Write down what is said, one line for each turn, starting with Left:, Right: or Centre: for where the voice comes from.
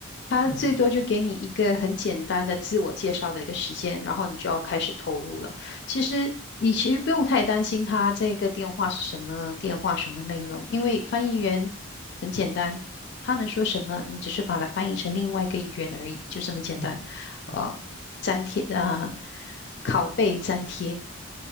Left: 他最多就给你一个很简单的自我介绍的一个时间，
Right: 嗯
Left: 然后你就要开始投入了。其实你其实不用太担心他这个电话是什么电话，什么内容，因为翻译员很简单，他们说什么，你只是把它翻译成另外一个语言而已，就这么简单。
Right: 嗯嗯。
Left: 呃，粘贴啊，拷贝粘贴，